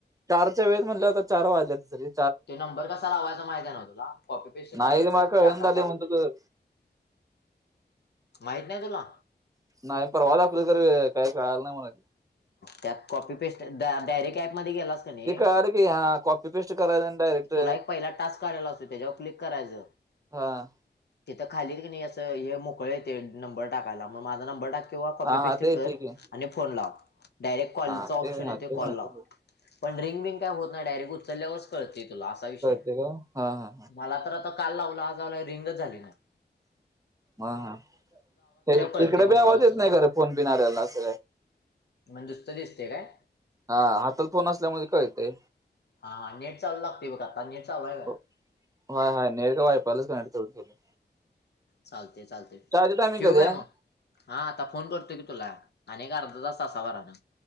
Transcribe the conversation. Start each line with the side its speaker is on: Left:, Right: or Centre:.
Right: चारच्या वेळेत म्हटलं होता चार वाजल्या त सरी
Left: ते नंबर कसा लावायचा माहिती नव तुला कॉपी पेस्ट
Right: नाही
Left: करायचा
Right: रे
Left: त्यात
Right: मला कळण
Left: टाकायचा
Right: झाले म्हणतो तू
Left: माहित नाही तुला
Right: नाही परवाला कु तररी काही कल नाही मला
Left: त्यात कॉपी पेस्ट डायरे ॅप मध्ये गेलास का नाही
Right: ते कळालं की हा कॉपी पेस्ट करायचं आणि डायरेक्ट
Left: तुला एक पहिला टास्क काढयला असतो त्याच्यावर क्लिक करायचं
Right: हा
Left: तेथ खालीत की नाही असं हे मोकळे य तेे नंबर टाकायला मग माझा नंबर टाक किंवा कॉपी
Right: हा हा
Left: पेस्ट
Right: ते
Left: कर
Right: ठीक आहे
Left: आणि फोन लाव डायरेक्ट कॉलचचा
Right: हा
Left: ऑप्श आहे
Right: हा
Left: ते कॉलला
Right: माहिती
Left: पण रिंग बिंग काय होत नाही डायरेक्ट उचलल्यावरस कळते असा विषय
Right: कळते का हा हा
Left: मला तर आता काल लावला आजला रिंगच झाली ना
Right: हा ह
Left: कळते
Right: इकडे
Left: मग
Right: बी
Left: मला
Right: आवाज
Left: उचललाय
Right: येत नाही खरं फोन बिन्याला अस
Left: मग दुसतं दिसते काय
Right: हा हातात फोन असल्यामुळे कळतंय
Left: हा नेट चालू लागते बघ नेट चालू आहे का
Right: हो होय नेट वायफाय ला कनेक्ट करायच
Left: चालते चालते
Right: चहाची टायमिंग
Left: ठेवू
Right: कधी
Left: काय
Right: आहे
Left: मग हा आता फोन करतोय की तुला अक अर्धा तास तावर अन